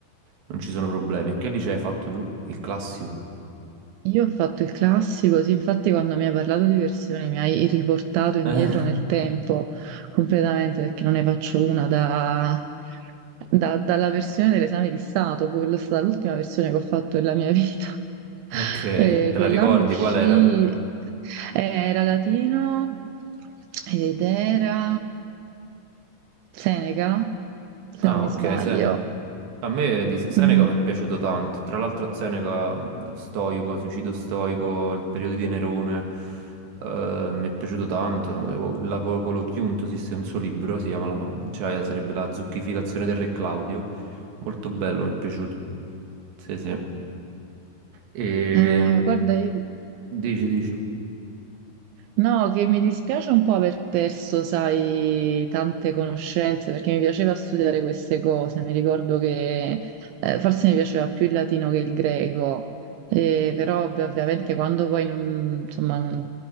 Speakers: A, on the right; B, on the right.
A: non ci sono problemi. E che lì hai fatto tu? Il classico?
B: Io ho fatto il classico, sì, infatti quando mi hai parlato di versioni mi hai riportato indietro
A: Eh,
B: nel tempo completamente perché non ne faccio una da, da- dalla versione dell'esame di Stato, fu la- stata l'ultima versione che ho fatto della mia vita. <laughs>
A: ok,
B: E
A: te
B: quell'anno
A: la ricordi
B: uscì,
A: qual era?
B: eh, era latino ed era Seneca, se
A: Ah,
B: non mi
A: ok,
B: sbaglio.
A: Seneca. A me di Seneca
B: Mm.
A: mi è piaciuto tanto, tra l'altro Seneca, mh, stoico, suicidio stoico, il periodo di Nerone, eh, mi è piaciuto tanto. L'Apolochio Chiunto esiste un suo libro, si chiama la- cioè, sarebbe La zucchificazione del re Claudio, molto bello, mi è piaciuto. Sì, sì. E...
B: Eh, guarda, io
A: Dici, dici,
B: No, che mi dispiace un po' aver perso, sai, tante conoscenze, perché mi piaceva studiare queste cose. Mi ricordo che eh, forse mi piaceva più il latino che il greco, Eh, però ov- ovviamente quando poi non, insomma, non,